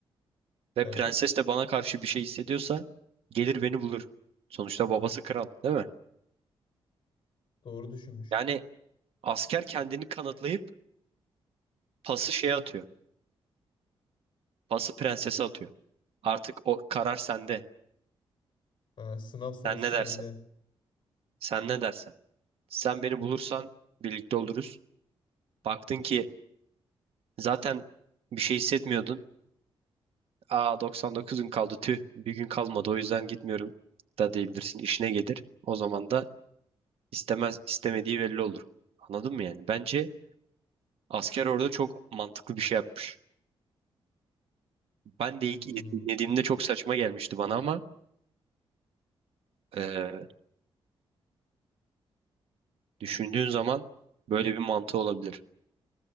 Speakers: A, on the right (about 70°); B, on the left (about 50°).
A: ve
B: Evet.
A: prenses de bana karşı bir şey hissediyorsa gelir beni bulur. Sonuçta babası kral, değil mi?
B: Doğru düşünmüş.
A: Yani asker kendini kanıtlayıp pası şeye atıyor. Pası prensese atıyor. Artık o karar sende.
B: Ha, sınav sırası
A: Sen ne
B: sende.
A: dersen. Sen ne dersen. Sen beni bulursan birlikte oluruz. Baktın ki zaten bir şey hissetmiyordun. Aa 99 gün kaldı tüh. Bir gün kalmadı o yüzden gitmiyorum da diyebilirsin. İşine gelir. O zaman da istemez istemediği belli olur. Anladın mı yani? Bence Asker orada çok mantıklı bir şey yapmış. Ben de
B: Hmm.
A: ilk yediğimde çok saçma gelmişti bana ama e, düşündüğün zaman böyle bir mantığı olabilir.